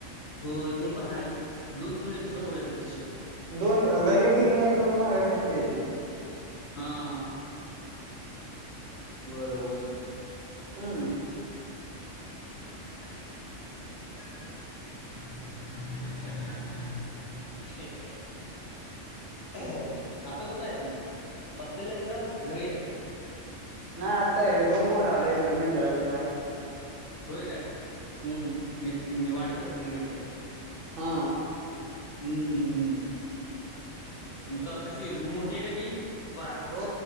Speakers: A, on the left; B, on the right.
A: होय ते पण आहेच दोन तिकड कसला
B: हम्म.
A: परत यायला पाहिजे?
B: दोन घरी गेली नाही तोवर माघारी कशाला येतील?
A: हा.. बरोबर
B: हम्म.. <inaudible>
A: जातय का नाही? तुमच्या <unintelligible> <inaudible> हंं हंं.. हंं... हींं.. हां आता कुठं आहेस मग? हॉस्टेलास आहेस का घरी आहेस?
B: नाही आत्ता रूमवर आलोय इकडं मित्राच्या बाहेर.
A: होय काय?
B: हम्म
A: मी मी वाडीत राहतो काय मित्र?
B: हा.
A: हम्म हम्म हम्म मग का? कशी? मोठी आहे का ती? बा
B: हो